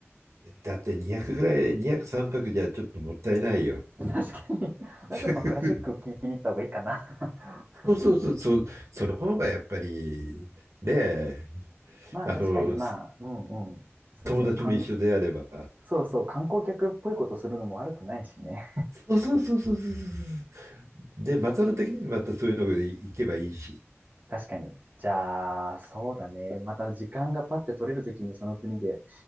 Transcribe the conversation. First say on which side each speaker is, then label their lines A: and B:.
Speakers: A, on the right; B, on the right.
A: だって200ぐらい、200、3泊じゃちょっともったいないよ。
B: <laughs> 確かに。だったら、
A: <laughs>
B: まあ、クラシック聴きに行った方がいいかな。<laughs>
A: そうそうそう、そう、その方がやっぱり、ねえ
B: まあ、
A: あの、
B: 確かに、まあ、うんうん。そうね、
A: 友達も一緒であれば、
B: かん、そうそう、観光客っぽいことするのも悪くないしね。
A: そうそうそうそうそうそうそう。で、マサル的にまたそういうのが行けばいいし。
B: <laughs> 確かに。じゃあ、そうだね。また時間がパッて取れるときにその国で